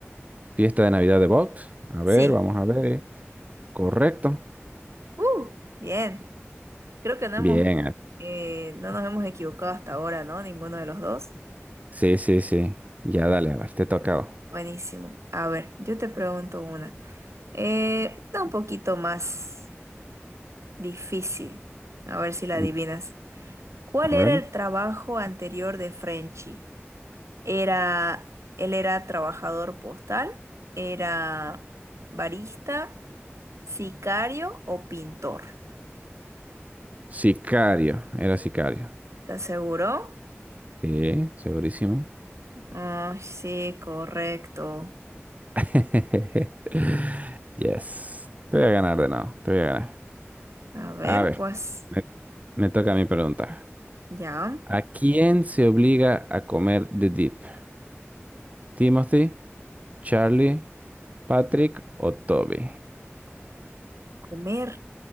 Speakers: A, on the right (about 35°); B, on the right (about 80°).
A: ¿Fiesta de Navidad de VOGT? A
B: Sí.
A: ver, vamos a ver. eh. Correcto.
B: Uh, bien, creo que no hemos,
A: Bien. eh.
B: eh, no nos hemos equivocado hasta ahora, ¿no? Ninguno de los dos.
A: Sí, sí, sí. Ya dale, a ver, te tocaba.
B: Buenísimo. A ver, yo te pregunto una. Eh, una un poquito más difícil. A ver si la adivinas.
A: Mm,
B: ¿Cuál
A: A
B: era
A: ver.
B: el trabajo anterior de Frenchy? Era, él era trabajador postal, era barista, sicario o pintor.
A: Sicario. Era sicario.
B: ¿Te aseguró?
A: Sí, segurísimo.
B: Ah, sí, correcto.
A: <laughs> Yes. Te voy a ganar de nuevo. Te voy a ganar.
B: A ver,
A: A ver,
B: pues,
A: me, me toca a mí preguntar.
B: ya,
A: ¿A quién se obliga a comer The Deep? ¿Timothy, Charlie, Patrick o Toby?
B: comer.